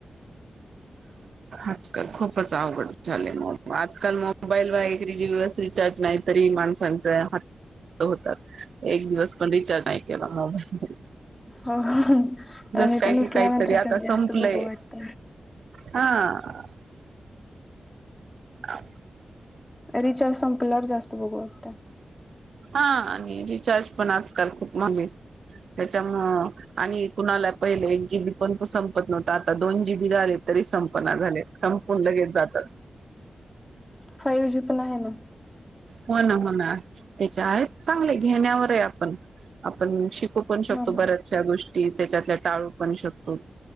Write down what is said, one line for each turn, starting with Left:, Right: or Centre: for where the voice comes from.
Right: आजकाल खूपच अवघड झाले आजकाल मोबाईल व एक रिस रिचार्ज नाही तरी माणसांचं. होत एक दिवस पण रिचार्ज नाही केला मोबाईल.
Left: हो
Right: जस
Left: आणि
Right: काय
Left: ते
Right: की
Left: नसल्यानंतर
Right: काहीतरी आता
Left: जास्त
Right: संपलंय.
Left: बघू वाटत
Right: हा. अ.
Left: रिचार्ज संपल्यावर जास्त बघू वाटतं.
Right: हा आणि रिचार्ज पण आजकाल खूप मगे त्याच्यामु आणि कुणाला पहिले एक जीबी पण तू संपत नव्हत आता दोन जीबी झाले. संपना झालंय संपून लगेच जात.
Left: फाईव जी पण आहे ना.
Right: हो ना हो ना त्याच्या आहेत चांगले घेण्यावर आहे आपण आपण शिक. पण शकतो
Left: हो ना.
Right: बऱ्याचशा गोष्टी त्याच्यातल्या टाळू पण शकतो